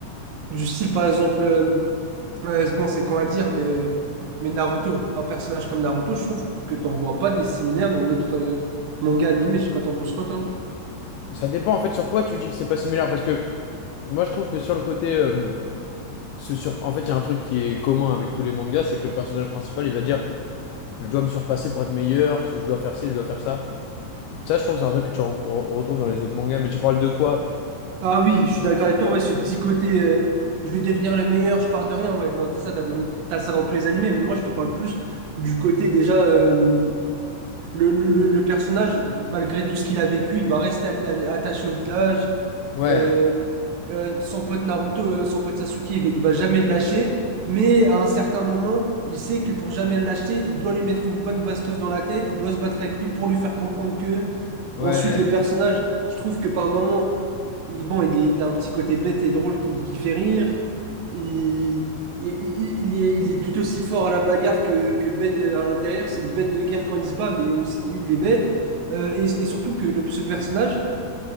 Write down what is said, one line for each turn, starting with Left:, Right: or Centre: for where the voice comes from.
Right: Du style, par exemple, euh, Ouais, c'est bon, c'est con à dire, mais, euh, mais Naruto, un personnage comme Naruto, je trouve que t'en vois pas des similaires dans d'autres euh, mangas animés. Je sais pas, t'en penses quoi, toi?
Left: Ça dépend en fait sur quoi tu dis que c'est pas similaire, parce que moi je trouve que sur le côté. euh, se sur... En fait, il y a un truc qui est commun avec tous les mangas, c'est que le personnage principal il va dire je dois me surpasser pour être meilleur, je dois faire ci, je dois faire ça. Ça, je trouve, que c'est un truc que tu re- re- retrouves dans les autres mangas, mais tu parles de quoi?
Right: Ah oui, je suis d'accord avec toi, ouais, ce petit côté euh, je vais devenir le meilleur, je pars de rien, ouais, non, t'as ça, t'as dans- t'as ça dans tous les animés, mais moi je te parle plus du côté déjà euh, le, le- le- le personnage, malgré tout ce qu'il a vécu, il va rester atta- attaché au village,
Left: Ouais,
Right: Euh, euh, son pote Naruto, euh, son pote Sasuke, il, va il va jamais le lâcher. Mais à un certain moment, il sait que pour jamais le lâcher, il doit lui mettre une bonne bastos dans la tête. Il doit se battre avec lui pour lui faire comprendre que.
Left: Ouais.
Right: Ensuite, le personnage, je trouve que par moment, il, bon, il, est- il a un petit côté bête et drôle qui, qui fait rire. Il, il, il- il est, il est tout aussi fort à la bagarre que, que bête euh, à l'intérieur. C'est une bête de guerre quand il se bat, mais aussi il est bête. Euh, et, et surtout que le- ce personnage